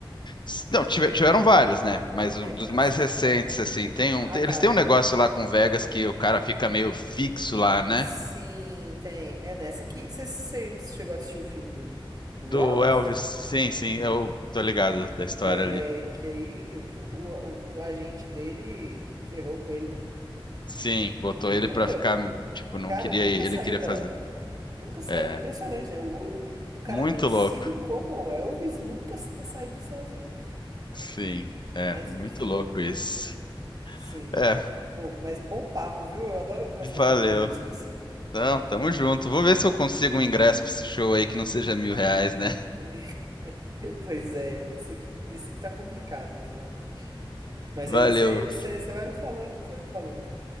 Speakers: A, on the left (about 55°); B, on the right (about 45°).
A: S- Não, tive- tiveram vários, né? Mas
B: É,
A: o- dos mais
B: ah, sim.
A: recentes, assim, tem um,
B: Ah,
A: tem-
B: tá.
A: eles têm um negócio lá com Vegas que o cara fica meio fixo lá, né?
B: Sim, tem. É nessa que. Você você chegou a assistir o filme do, do
A: Do
B: Elvis?
A: Elvis, sim, sim, eu tô ligado da história
B: É
A: ali.
B: que aí o, o, o agente dele ferrou com ele, né?
A: Sim, botou
B: Ele
A: ele
B: nunca.
A: pra ficar, tipo, não
B: Cara,
A: queria
B: ele nunca
A: ir, ele
B: saiu
A: queria
B: da.
A: fazer.
B: Nunca saiu.
A: É,
B: Impressionante, né? O, o, o cara
A: muito
B: conhecido
A: louco.
B: como Elvis nunca ter saído dos Estados Unidos.
A: Sim, é
B: Mas
A: muito
B: enfim,
A: louco isso.
B: sim.
A: É,
B: Pô, mas bom papo, viu? Eu adoro conversar
A: valeu.
B: sobre música, assim.
A: Então, tamo junto. Vou ver se eu consigo um ingresso pra esse show aí que não seja mil reais, né?
B: <laughs> Pois é, isso que, isso que tá complicado ultimamente. Mas
A: Valeu.
B: aí você você- você vai me falando, você vai me falando.